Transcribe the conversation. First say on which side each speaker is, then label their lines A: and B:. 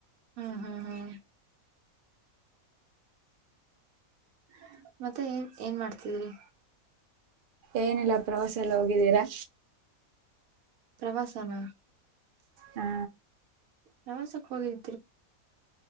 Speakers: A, on the right; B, on the right.
A: ಹ್ಮ್ ಹ್ಮ್ ಹ ಮತ್ತೆ ಏನ್ ಮಾಡ್ತಿದ್ರಿ
B: ಏನಿಲ್ಲ ಪ್ರವಾಸ ಎಲ್ಲ ಹೋಗಿದ್ದೀರಾ
A: ಪ್ರವಾಸನ
B: ಹಾ
A: ಪ್ರವಾಸಕ್ ಹೋಗಿದ್ವಿ